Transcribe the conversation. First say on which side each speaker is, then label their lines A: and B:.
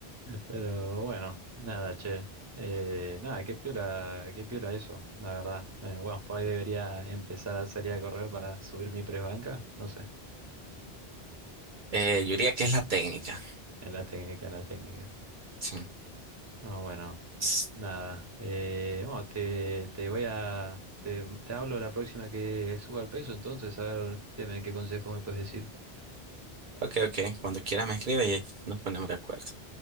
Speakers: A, on the right; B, on the right.
A: Pero bueno, nada, che. Eh, nada, qué piola, qué piola eso, la verdad. Eh, bueno, por ahí debería empezar a salir a correr para subir mi press banca. No sé.
B: Eh, yo diría que es la técnica.
A: Es la técnica, la técnica.
B: Sí.
A: No, bueno,
B: S-
A: nada. Eh, bueno, te, te voy a. Te, te hablo la próxima que suba el peso, entonces a ver qué, me, qué consejos me puedes decir.
B: Ok, ok. Cuando quiera me escribe y nos ponemos de acuerdo.